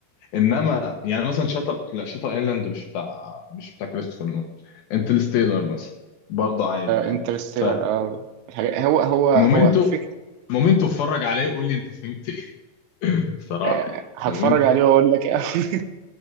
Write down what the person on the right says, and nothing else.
انترستيلر
اه الحاجات هو هو هو
فك...
آه،
هتفرج
عليه واقول لك آه. <laughs>